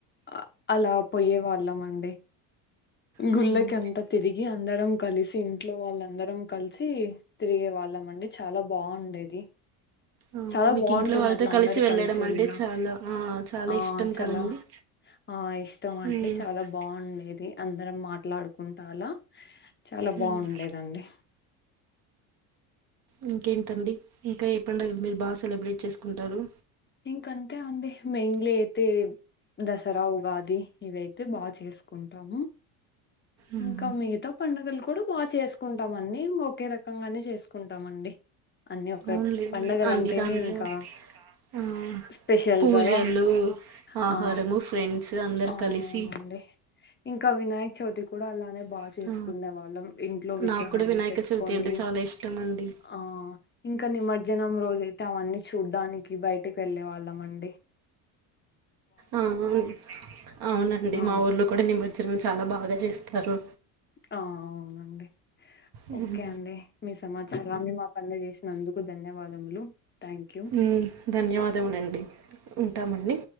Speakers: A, on the left; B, on the right.
A: ఆ అలా పోయే వాళ్ళమండి గుల్లకంత
B: హ్మ్
A: తిరిగి అందరం కలిసి ఇంట్లో వాళ్ళందరం కలిసి తిరిగే వాళ్ళమండి చాలా బావుండేది
B: ఆ
A: చాలా
B: మీకు
A: బాగుంటుంది
B: ఇంట్లో వాళ్ళతో
A: అట్లా అందరు
B: వెళ్ళడం
A: కలిసి ఎళ్ళిన
B: అంటే చాలా ఆ చాలా
A: ఆ
B: ఇష్టం
A: చాలా
B: కదండి
A: ఆ ఇష్టం
B: హ్మ్
A: అండి చాలా బాగుండేది అ అందరం మాట్లాడుకుంటాఅలా చాలా బావుండేది
B: ఉమ్.
A: దండి
B: ఇంకేంటండి ఇంకా ఎపండగలు మీరు బాగా సెలబ్రేట్ చేసుకుంటారు
A: ఇంకంతే అండి మెయిన్లీ అయితే దసరా ఉగాది ఇవయితే బాగ చేసుకుంటాము
B: ఉమ్.
A: ఇంకా మిగతా పండుగలు కు ఇప్పుడు బాగ చేసుకుంటామన్ని ఒకే రకంగానే చేసుకుంటామండి అన్ని ఒకె
B: అవునులేండి
A: పండగలంటేనే
B: అన్ని పండుగలు దానిలో
A: ఇంకా
B: ఆ, స్పెషల్
A: స్పెషల్
B: పూజలు
A: కదా
B: ఆహారము
A: ఆ
B: ఫ్రెండ్స్ అందరూ
A: ఆ,
B: కలిసి
A: అవునండి ఇంకా వినాయక చవితి కూడా అలానే బా
B: అలా
A: చేసుకునే
B: ఆ,
A: వాళ్ళం ఇంట్లో విగ్రహాన్ని
B: నాకు కూడా వినాయక
A: పెట్టుకొని
B: చవితి అంటే చాలా ఇష్టం అండి
A: ఆ ఇంకా నిమర్జ్ జనం రోజైతే అవన్నీ చూడ్డానికి బై టికి వెళ్ళే వాళ్ళమండి
B: ఆవును అవునండి
A: ఆ
B: మా ఊర్లో కూడా నిమర్ చిన్ చాలా బాగా జేస్తారు
A: ఆ అవునండి
B: ఉమ్,
A: ఓకే అండి మీ సమాచారాన్ని మాకు అందజేసినందు కు ధన్యవాదములు థ్యాంక్ యూ
B: ఊ ధన్యవాదములండి ఉంటాం అండి